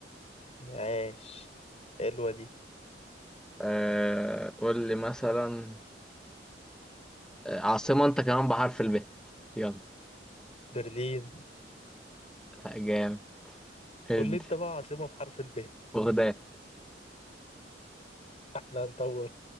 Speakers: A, on the left (about 40°); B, in the centre.
A: عاش حلوة دي
B: آه قول لي مثلا آه، عاصمه انت كمان بحرف الب يلا
A: برلين
B: جامد ادي
A: قول لي انت بقى عاصمة بحرف الب
B: بغداد
A: احنا هندور